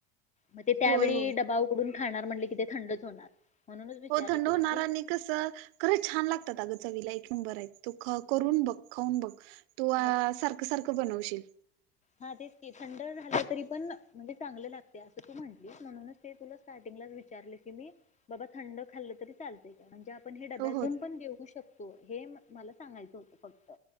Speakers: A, on the left (about 25°); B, on the right (about 70°).
A: मग ते त्यावेळी
B: होय होय
A: डबा उघडून खाणार म्हणले कि ते थंडच होणार. म्हणूनच विचारलं
B: हो थड
A: तुला
B: नाराणनी
A: की
B: कस खरं छान लागतात अगचा विला एक नंबर आहे तो करून बघ खाऊन बघ. तू
A: हा
B: सारखं सारखं बनवशील.
A: हा तेच ते थंड झालं तरी पण म्हणजे चांगलं लागते असं तू म्हटलीस म्हणूनच ते तुला स्टार्टिंगलाच विचारलं की मी बाबा थंड खाल्लं तरी चालतं. म्हणजे आपण हे डब्यातून
B: हो हो
A: पण देऊ शकतो हे मला सांगायचं होतं फक्त